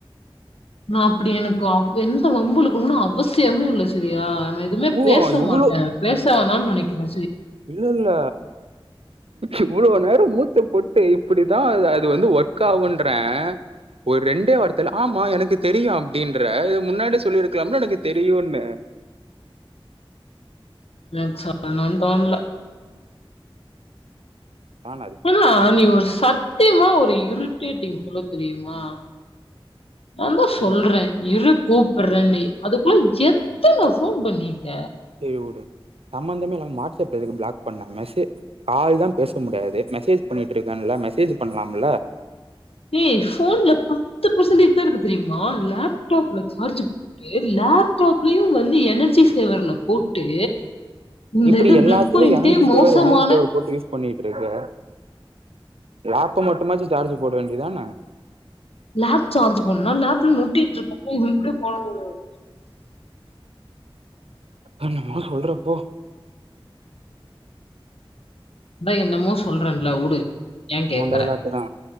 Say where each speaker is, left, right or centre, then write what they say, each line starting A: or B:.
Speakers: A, on the left; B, on the right.
A: நா அப்டி எனக்கோ எந்த வம்புழுக்கனுன்னு அவசியமே இல்ல செரியா நா எதுவுமே
B: ஓ
A: பேச
B: இவ்ளோ
A: மாட்டேன் பேச விக்லாம நினைக்கிறே
B: இல்ல இல்ல இவ்ளோ நேர மூச்ச போட்டு இப்டிதா அது வந்து ஒர்க் ஆகுன்றேன் ஒரு ரெண்டே வார்த்தைல ஆமா எனக்கு தெரியு அப்டின்ற இத முன்னாடியே சொல்லிருக்கலாம்ல எனக்கு தெரியுன்னு
A: எனக்கு சொல்லனுனு தோன்ல
B: ஆனா
A: அனா நீ ஒரு சத்தியமா ஒரு இரிட்டேட்டிங் ஃபெல்லோ தெரியுமா நான்தா
B: சேரி
A: சொல்றேன் இரு கூப்புறேன்னு அதுக்குள்ள எத்தன போன் பண்ணிட்ட
B: செரி வுடு சம்பந்தமே இல்லாம வாட்ஸ்அப் எதுக்கு பிளாக் பண்ணே மெசே கால் தா பேச முடியாது மெசேஜ் பண்ணிட்டு இருக்கேன்ல மெசேஜ் பண்ணலாம்ல
A: ஏ போன்ல பத்து பர்சன்டேஜ் தா இருக்கு தெரியுமா லேப்டாப்ல சார்ஜ் போட்டு லேப்டாப்லையும் வந்து எனர்ஜி சேவர்ல போட்டு இந்த
B: இப்டி
A: இது
B: எல்லாத்துமே
A: பிளக் பாயிண்டே
B: எனர்ஜி
A: மோசமான
B: சேவர் எனர்ஜி சேவர் போட்டு யூஸ் பண்ணிட்டு இருக்க லேப்ப மட்டுமாச்சு சார்ஜ் போட வேண்டியதானே
A: லேப் சார்ஜ் பண்ணனா லேப்ல நொட்டட்டு இருக்க இன்னே போட முடியும்
B: என்னமோ சொல்றப்போ
A: அதான் என்னமோ சொல்றேன்ல உடு ஏன் கேக்குறேன்
B: உன் டைலாக்கு தா